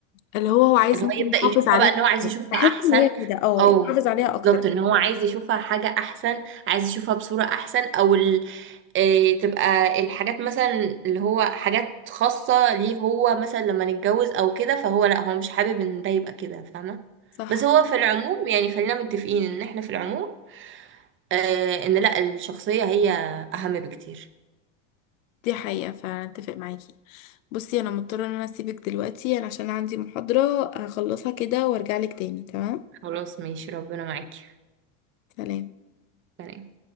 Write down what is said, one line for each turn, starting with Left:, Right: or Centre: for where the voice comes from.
Left: اللي هو هو عايز
Right: اللي
Left: ممكن
Right: هو يبدا
Left: يحافظ
Right: يشوفها
Left: عليها
Right: بقى
Left: أكتر.
Right: ان هو عايز يشوفها
Left: بحس
Right: احسن
Left: ان هي كده اه
Right: او
Left: يحافظ عليها
Right: بالظبط
Left: اكتر
Right: ان هو عايز يشوفها حاجه احسن عايز يشوفها بصوره احسن او إيه تبقى الحاجات مثلا اللي هو حاجات خاصة ليه هو مثلا لما نتجوز او كده فهو لا هو مش حابب ان ده يبقى كده فاهمة
Left: صح
Right: بس هو في العموم يعني خلينا متفقين ان احنا في العموم آه ان لا الشخصية هي اهم بكتير
Left: دي حقيقه فاتفق معاكي بصي انا مضطره ان انا اسيبك دلوقتي انا عشان عندي محاضره هخلصها كده وارجع لك تاني تمام
Right: خلاص ماشي ربنا معاكي
Left: سلام
Right: سلام